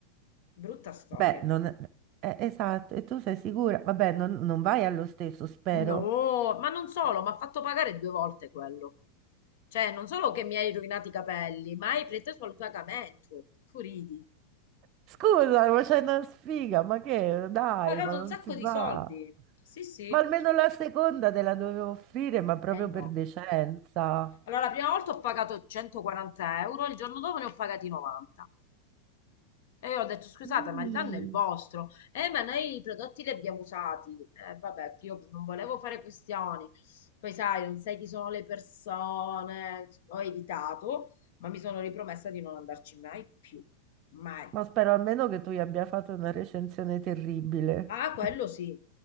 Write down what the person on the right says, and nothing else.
Beh,
non... eh, esatto, e tu sei sicura? Vabbè, non, non vai allo stesso, spero.
Scusa, ma c'è una sfiga, ma che? Dai,
ma non
si
fa.
Ma almeno la seconda te la dovevo offrire, ma proprio
per decenza.
Sì.
Ma spero almeno che tu gli abbia fatto una recensione terribile.
<laughs>